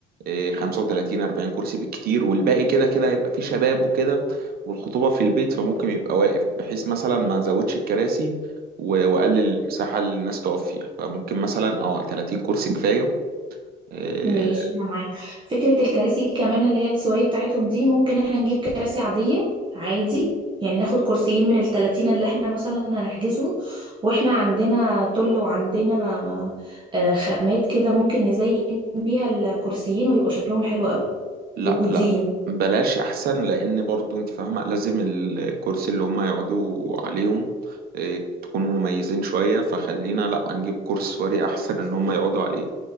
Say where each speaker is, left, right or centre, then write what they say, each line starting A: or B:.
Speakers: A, on the right; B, on the right.
A: إيه 35 40 كرسي بالكتير والباقي كده كده هيبقى فيه شباب وكده والخطوبة في البيت فممكن يبقى واقف بحيث مثلا ما ازودش الكراسي و- واقلل المساحة اللي الناس تقف فيها فممكن مثلا اه 30 كرسي كفاية إيه،
B: ماشي انا معاك فكره الكراسي كمان اللي هي السواري بتاعتهم دي ممكن احنا نجيب كراسي عاديه عادي يعني ناخد كرسيين من التلاتين اللي احنا مثلا هنحجزهم واحنا عندنا طل وعندنا آه، خامات كده ممكن نزين بيها الكرسيين ويبقوا شكلهم حلو قوي
A: لا
B: موجودين
A: لا بلاش احسن لان برضو انت فاهمه لازم الكرسي اللي هم يقعدوا عليهم إيه، تكون مميزين شويه فخلينا لا نجيب كرسي سواري احسن ان هم يقعدوا عليه